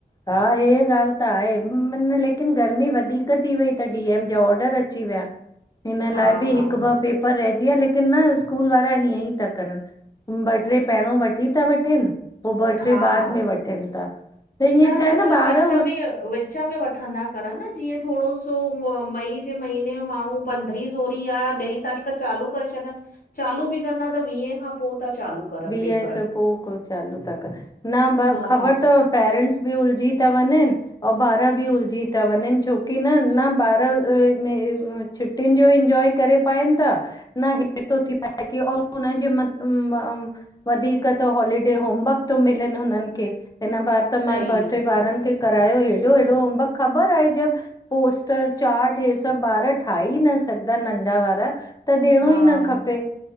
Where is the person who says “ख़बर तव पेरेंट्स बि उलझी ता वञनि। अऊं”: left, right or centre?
Left